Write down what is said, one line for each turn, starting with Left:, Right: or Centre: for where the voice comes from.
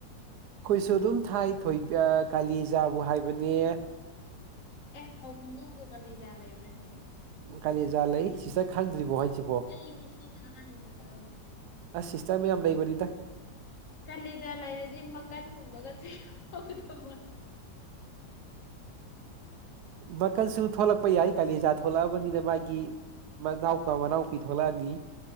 Right: ꯑꯩꯈꯣꯏꯁꯨ ꯑꯗꯨꯝ ꯊꯥꯏ ꯊꯣꯏ ꯀꯥꯂꯤꯖꯥꯕꯨ ꯍꯥꯏꯕꯅꯦ
Left: ꯑꯦ ꯐꯧ ꯃꯃꯤꯡꯗꯣ ꯀꯂꯤꯖꯥ ꯂꯩꯕ꯭ꯔꯅꯦ
Right: ꯀꯜꯂꯤꯖꯥ ꯂꯩ ꯁꯤꯁꯇꯔ ꯈꯥꯟꯗꯔꯤꯕꫭ ꯍꯥꯏꯁꯤꯕꯨ
Left: ꯑꯩ ꯉꯁꯤꯅ ꯑꯍꯥꯟꯕꯅꯦ ꯇꯥꯕ
Right: ꯑꯁ ꯁꯤꯁꯇꯔ ꯃꯌꯥꯝ ꯂꯩꯕꯅꯤꯗ
Left: ꯀꯂꯖꯠ ꯂꯩꯔꯗꯤ ꯃꯀꯟꯒꯨꯝꯃꯒꯁꯨ ꯌꯥꯗꯧ ꯃꯥ
Right: ꯃꯀꯟꯁꯨ ꯊꯣꯛꯂꯛ ꯀꯛꯄ ꯌꯥꯏ ꯀꯥꯂꯦꯖꯥ ꯊꯣꯛꯂꯛꯑꯕꯅꯤꯅ ꯃꯥꯒꯤ ꯃꯅꯥꯎꯄꯥ ꯃꯅꯥꯎꯄꯤ ꯊꯣꯛꯂꯛꯑꯅꯤ